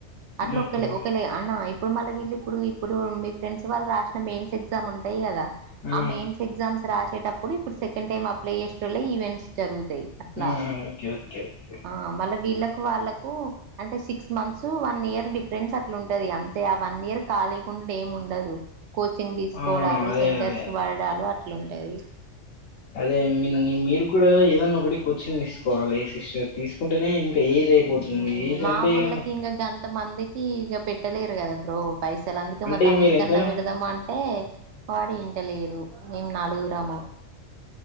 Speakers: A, on the right (about 70°); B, on the left (about 70°).
A: అట్లా
B: ఆహా
A: ఒక ఒకేలే అన్నా ఇప్పుడు మళ్ళీళ్ళ ఇప్పుడు ఇప్పుడు మీ ఫ్రెండ్స్ వాళు రాసిన మెయిన్స్ ఎ్మ్ ఉంటాయి కదా
B: ఉమ్
A: ఆ మెన్స్ ఎగ్జామ్స్ రా వేటప్పు సెండ్ అలై చేసేటళ్ ఈవెంట్స్ జరుగుంది అట్లా
B: ఉమ్ ఓకే ఓకే ఓకే
A: ఆ మల వీళ్ళలకు వాళ్ళలకు అంటే six months one year difference అట్లాంటది అంతే ఆ వన్ ఇయర్ కాలీకుండా ఏమి ఉండదు కోచింగ్ తీసుకోవడాలు
B: ఆ అదే
A: సెంటర్స్
B: అదే
A: వాడలు అట్లాంటుది
B: అదే నిమ్ మీరు కూడా ఏదన్నా ఒకటి కోచింగ్ తీసుకోవాలి సిస్టర్ తీసుకుంటేనే ఇంకా ఏజ్ అయిపోతుంది
A: మ్
B: ఏజ్
A: మాపుూర్లకి
B: అంటే ఇగ
A: ఇకా గం కొంత మందికి ఇక పెట్టలేరు కదా బ్రో పైసలు అందుకే
B: అంటే
A: మా తమ్ముని
B: మీరు ఎంత
A: కన్నా విడదాం అంటే వాడి తెలిడు మేం నాలుగురాము